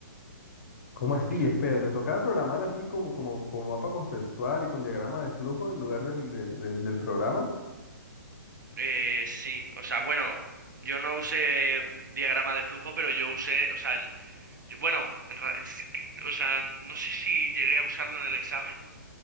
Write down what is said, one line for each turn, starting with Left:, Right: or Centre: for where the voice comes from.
Left: ¿Cómo así?
Right: Eso-
Left: Espera, te tocaba programar así como, como, como mapa conceptual y con diagrama de flujo en lugar del, de- de- del programa,
Right: Eh, sí, o sea, bueno, yo no usé diagrama de flujo, pero yo usé, o sea, yo- yo- bueno, en ra- es que- o sea, no sé si llegué a usarlo en el examen,